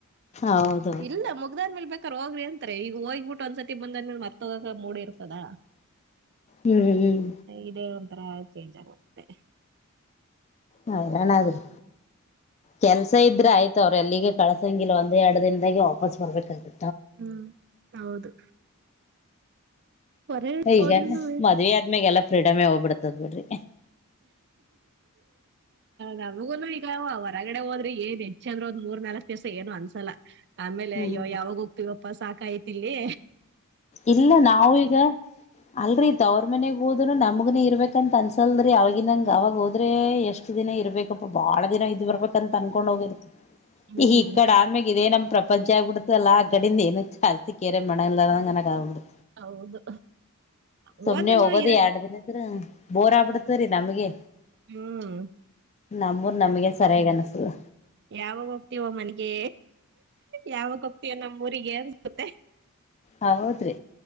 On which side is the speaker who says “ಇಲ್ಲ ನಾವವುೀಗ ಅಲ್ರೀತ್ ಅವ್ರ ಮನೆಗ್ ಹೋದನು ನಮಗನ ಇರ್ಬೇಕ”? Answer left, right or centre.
Left